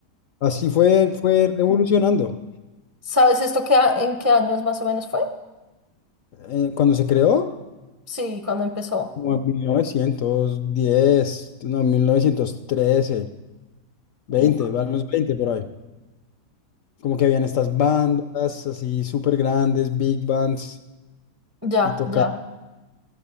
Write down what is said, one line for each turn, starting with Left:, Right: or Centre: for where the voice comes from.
Left: Así fue, fue revolucionando.
Right: ¿sabes esto que en qué años más o menos fue?
Left: Eh, cuando se creó,
Right: Sí, cuando empezó.
Left: como en 1910 no, 1913, 20,
Right: Ok,
Left: van los 20 por ahí. Como que habían estas bandas así súper grandes, big bands,
Right: Ya,
Left: y tocaba.
Right: ya.